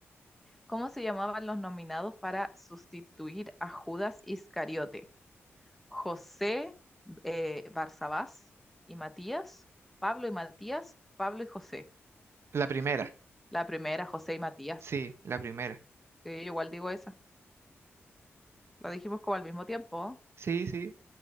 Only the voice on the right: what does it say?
la primera.
Sí, la primera.
Sí, sí.